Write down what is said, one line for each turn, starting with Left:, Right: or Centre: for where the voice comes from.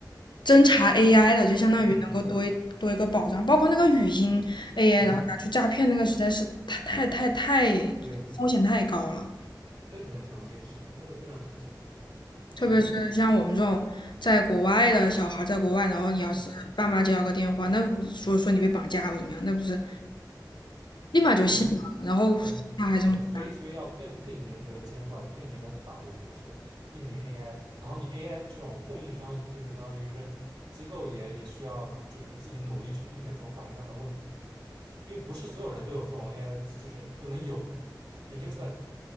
Left: 侦查 AI 的，就相当于能够多一多一个保障，
Right: 嗯
Left: 包括那个语音 AI，
Right: 嗯，
Left: 然后拿去诈骗那个，实在是太太太太
Right: 对，
Left: 风险太高了。
Right: 那个很常见，是的，那个非常常见。
Left: 特别是像我们这种在国外的小孩，
Right: 嗯
Left: 在国外，然后你要是爸妈接到个电话，
Right: 嗯，
Left: 那说说你被绑架或怎么样，那不是立马就信了，
Right: 对
Left: 然后他还这么大，
Right: 对对，所以所以要更更严格的监管，更严格的法律，就是避免 AI。然后你 AI 这种供应商，就是相当于是机构也也需要就是自己努力去避免这种法律上的问题，因为不是所有人都有这种 AI 的技就是都能有研究出来